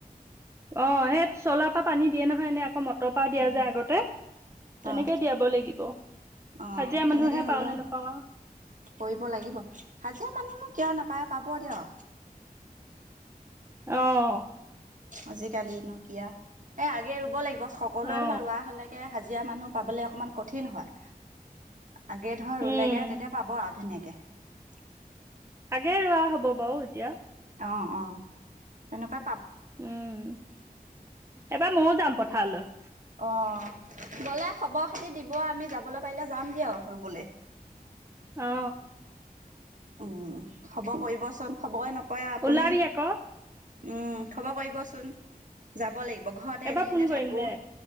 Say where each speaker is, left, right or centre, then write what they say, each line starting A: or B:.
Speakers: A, on the right (about 15°); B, on the right (about 55°).
A: অ সেই চলাৰ পৰা পানী দিয়ে নহয় এনে আকৌ ম ৰ পৰা দিয়ে
B: উম
A: যে আগতে,
B: হয়
A: তেনেকেই দিয়াব লাগিব। হাজিৰা
B: অ তেনেকে
A: মানুহে
B: হ'লেও
A: পাও নে নোপাওঁ,
B: কৰিব লাগিব হাজিৰা মানুহনো কিয় নাপায় পাব দিয়ক
A: অহ।
B: আজিকালি নো কি আও। এ আগে ৰুব লাগিব সকলোৱে
A: অ
B: ধৰ ৰোৱা হলেকে, হাজিৰা মানুহ পাবলে অকমান কঠিন হয়। আগে ধৰ
A: উম
B: ৰুলেগে, তেতিয়া পাব আও ধুনীয়াকে। <unintelligible>
A: আগে ৰোৱা হ'ব বাৰু এতিয়া।
B: অ, অ তেনেকুৱা
A: উম, এইবাৰ ময়ো যাম পথাৰলৈ।
B: অ গ'লে হব। খতি দিব আমি যাবলৈ পাৰিলে যাম দিয়ক। ৰুবলে।
A: অ
B: উম খব কৰিবচোন। খবৰে নক কয় আপুনি
A: ওলাবি আকৌ
B: উম, খব কৰিবচোন। যাব লাগিব। ঘৰতে
A: এবাৰ
B: এনে-এনে
A: ফোন কৰিম
B: থাকো,
A: দে